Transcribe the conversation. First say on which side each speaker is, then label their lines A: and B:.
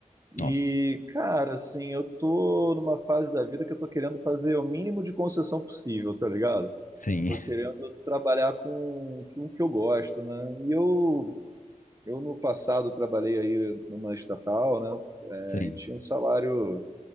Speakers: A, on the right (about 25°); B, on the left (about 75°).
A: E,
B: nossa.
A: cara, assim, eu tô numa fase da vida que eu tô querendo fazer o mínimo de concessão possível, tá ligado?
B: Sim,
A: Tô querendo trabalhar com, com o que eu gosto, né? E eu, eu no passado trabalhei aí numa estatal, né?
B: <laughs> sim.
A: Aí tinha um salário,